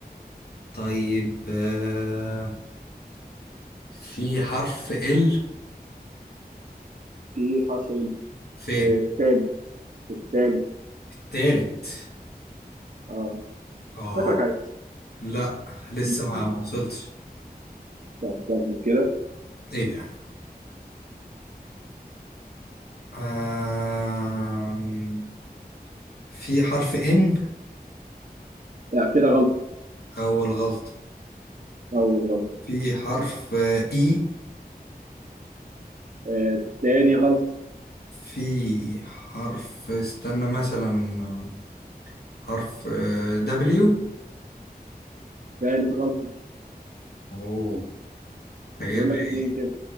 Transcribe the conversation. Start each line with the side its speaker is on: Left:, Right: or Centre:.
Left: طيب آه. في حرف ال
Right: في حرف ال
Left: فين
Right: آه، التالت التالت
Left: تالت
Right: اه
Left: اه
Right: شكلك عايز
Left: لا لسه
Right: <laughs>
Left: ما ما وصلتش
Right: طب كمل كده
Left: ايه ده آم، في حرف ان
Right: لا كده غلط
Left: اول غلط
Right: اول غلط
Left: في حرف اي
Right: آه تاني غلط
Left: في حرف استنى مثلا حرف دبليو
Right: تالت غلطة
Left: اوه انت جايب
Right: بقول لك
Left: لي
Right: اتنين كده